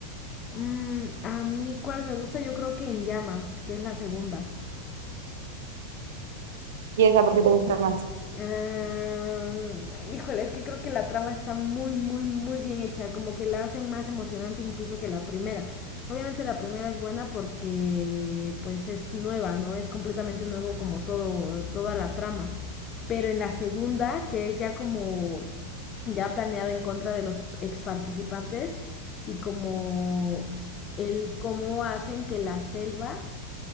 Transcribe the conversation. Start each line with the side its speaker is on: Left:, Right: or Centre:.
Left: Mm, a mí, ¿cuál me gusta? Yo creo que En Llamas, que es la segunda.
Right: ¿Y esa por qué te gusta más?
Left: Ah, híjole, es que creo que la trama está muy, muy, muy bien hecha, como que la hacen más emocionante incluso que la primera. Obviamente la primera es buena porque pues es nueva, ¿no? Es completamente nuevo como todo, toda la trama. Pero en la segunda, que es ya como ya planeado en contra de los ex participantes y como el cómo hacen que la selva